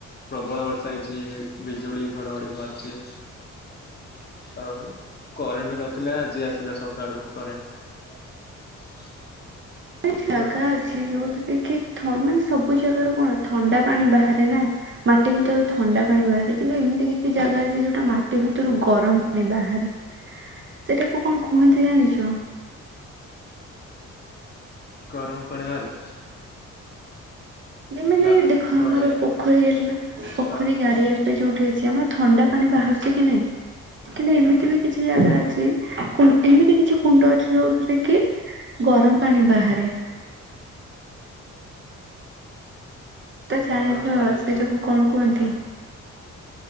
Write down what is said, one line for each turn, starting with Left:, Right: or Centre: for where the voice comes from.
Left: ପ୍ରବଳ ବର୍ଷା ହେଇଛି। ବିଜୁଳି ଘଡଘଡି ମାରିଛି, ଆଉ କରେଣ୍ଟ ବି ନଥିଲା ଆଜି ଆସିଲା ସକାଳୁ କରେଣ୍ଟ।
Right: ଜାଗା
Left: ତ
Right: ଅଛି ଯୋଉଥି ଟିକେ ଥ ମାନେ ସବୁ ଜାଗାରୁ କଣ ଥଣ୍ଡା ପାଣି ବାହାରେ। ନୀନା ମାଟି ଭିତରୁ ଥଣ୍ଡା ପାଣି ବାହାରେ। ଏମିତି କିଛି ଜାଗା ଅଛି ଯୋଉଟା ମାଟି ଭିତରୁ ଗରମ ପାଣି ବାହାରେ। ସେଟାକୁ କଣ କୁହନ୍ତି ଜାଣିଛ?
Left: ଗରମ ପାଣି ବାହାରେ
Right: ଯେମିତି
Left: ନା
Right: ଦେଖ
Left: ନୋ
Right: ଆମର
Left: ଆଇଡିଆ
Right: ପୋଖରୀ ହେଲା ପୋଖରୀ
Left: ଆ
Right: ଗାଡିଆ ଏବେ ଯୋଉଠି ହେଇଚି ଆମର ଥଣ୍ଡା ପାଣି ବାହାରୁଛି କି ନାଇଁ କିନେ ଏମିତି ବି କିଛି ଜାଗା ଅ ଛି କୁଣ୍ଡି ଏମିତି କିଛି କୁଣ୍ଡ ଅଛି ଯୋଉଥିରେ କି ଗରମ ପାଣି ବାହାରେ। ତ ଜାଣିଛ
Left: ଗରମ ପାଣି
Right: ସେଇଟାକୁ କଣ କୁହନ୍ତି?